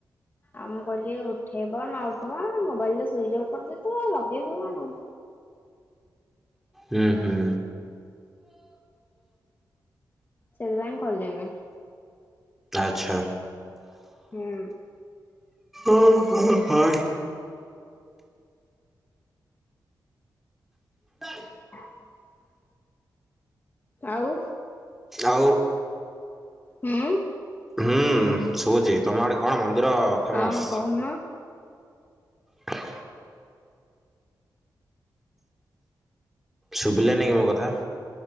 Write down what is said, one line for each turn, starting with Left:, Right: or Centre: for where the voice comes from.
Left: ଆଉ ମୁଁ କହିଲି ଉଠେଇବ ନ ଉଠେଇବ ମୋବାଇଲ ତ ସୁଇଚ୍ ଅଫ୍ କରିଦେଇଥିବ ଆଉ ଲଗେଇବି କଣ।
Centre: ହୁଁ ହୁଁ।
Left: ସେଇଥି ପାଇଁ କଲିନି।
Centre: ଆଛା।
Left: ହୁଁ।
Centre: ଓହଃ <inaudible>
Left: <unintelligible> ଆଉ
Centre: ଆଉ
Left: ହୁଁ
Centre: ହୁଁ ଶୁଭୁଛି ତମ ଆଡେ କଣ ମନ୍ଦିର ଫେମସ?
Left: ହଁ କହୁନ
Centre: <unintelligible> ଶୁଭିଲାନି କି ମୋ କଥା?